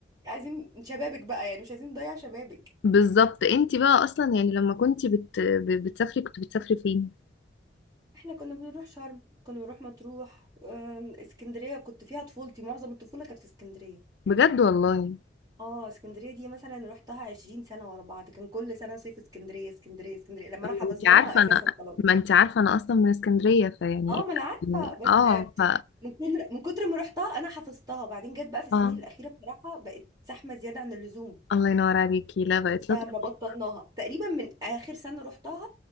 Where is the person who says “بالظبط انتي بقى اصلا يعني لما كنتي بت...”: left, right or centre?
Left